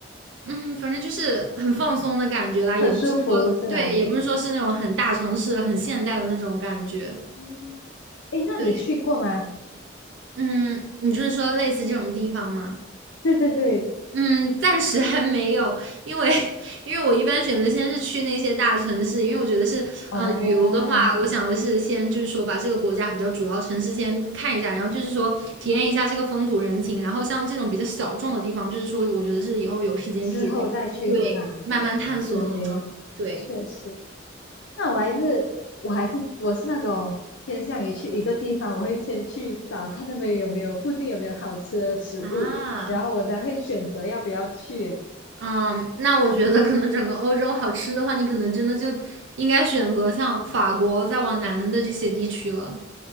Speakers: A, on the right; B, on the left.
A: 嗯，反正就是很放松的感觉啦，也不是说，
B: 很舒服是吧？
A: 对，也不是说是那种很大城市、很现代的那种感觉。
B: 嗯，诶，那你去过吗？
A: 对，嗯，你就是说类似这种地方吗？
B: 对对对，
A: 嗯，暂时还没有，因为 <laughs> 因为我一般选择先是去那些大城市，因为我觉得是，
B: 哦，
A: 嗯，旅游的话，我想的是先就是说把这个国家比较主要城市先看一下，然后就是说体验一下这个风土人情，然后像这种比较小众的地方，就是说我觉得是以后有时间可以再对，
B: 之后再去是吧？
A: 慢慢探索那种，
B: 对，
A: 对。
B: 确实。那我还是我还是我是那种偏向于去一个地方，我会先去找看那边有没有附近有没有好吃的食物，
A: 啊，
B: 然后我才会选择要不要去。
A: 嗯，那我觉得可能整个欧洲好吃的话，你可能真的就应该选择像法国再往南的这些地区了。